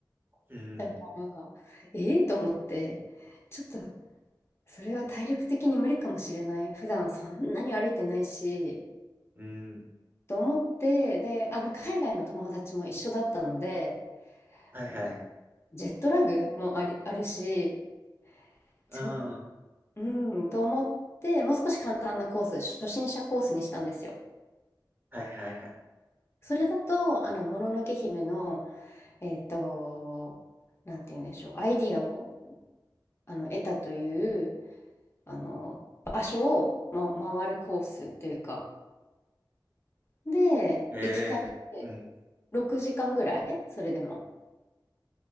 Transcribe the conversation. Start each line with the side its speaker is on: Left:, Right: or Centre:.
Right: うん、
Left: だから、ええと思って、ちょっとそれは体力的に無理かもしれない。普段そんなに歩いてないし、
Right: うん、
Left: と思って、で、あの、海外の友達も一緒だったので、
Right: はいはい。
Left: あの、ジェットラグもあり、あるし、
Right: うん。
Left: ちょ、うん、と思って、もう少し簡単なコース、初心者コースにしたんですよ。
Right: はいはいはい。
Left: それだと、あの、もののけ姫の、えっと、なんて言うんでしょう、アイディアを、あの、得たという、あの、場所を、ま、回るコースというか、で、
Right: ええうん。
Left: 行き帰りで6時間ぐらいそれでも。